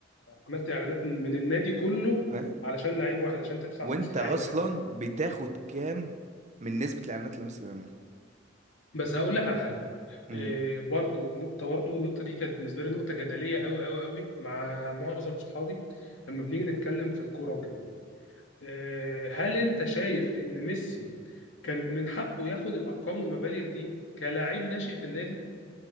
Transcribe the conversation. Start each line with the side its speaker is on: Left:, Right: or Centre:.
Left: عملت اعلانات من النادي كله
Right: فاهم
Left: علشان لعيب واحد عشان تدفع
Right: وانت
Left: فلوس
Right: اصلا
Left: لعيب واحد
Right: بتاخد كام من نسبه الاعلانات اللي ميسي بيعملها
Left: بس هقول لك على حاجه
Right: مم.
Left: إيه برضو نقطه برضو النقطه دي كانت بالنسبه لي نقطه جدليه قوي قوي قوي مع معظم صحابي لما بنيجي نتكلم في الكوره وكده إيه هل انت شايف ان ميسي كان من حقه ياخد الارقام والمبالغ دي كلاعب ناشئ في النادي